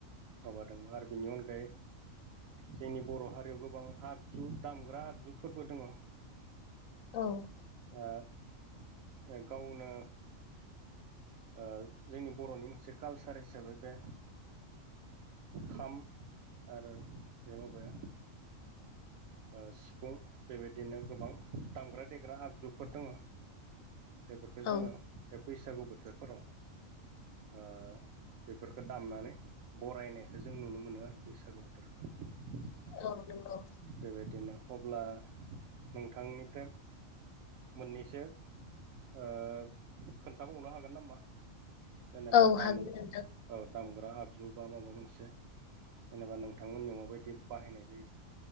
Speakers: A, on the right; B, on the left.
A: माबादोंमोन आरो बेनि अनगायै जोंनि बर' हारियाव गोबां आगजु दामग्रा आगजुफोरबो दङ'।
B: औ
A: ओ गावनो ओ जोंनि बर'नि मोनसे कालचार हिसाबै बे खाम आरो बे माबाया ओ सिफुं बेबायदिनो गोबां दामग्रा देग्रा आगजुफोर दङ'। बेफोरखौ जोङो
B: औ
A: बे बैसागु बोथोरफोराव ओ बेफोरखौ दामनानै बरायनायखो जों नुनो मोनो आरो बैसागु बोथोरखो
B: औ नंगौ
A: बेबायदिनो अब्ला नोंथांनिफ्राय मोननैसो ओ खोन्थाबावनो हागोन नामा? जेनेबा
B: औ
A: दाम
B: हागोन नोंथां
A: औ दामग्रा आगजु बा माबा मोनसे जेनेबा नोंथांमोननियाव माबायदि बाहायनाय जायो।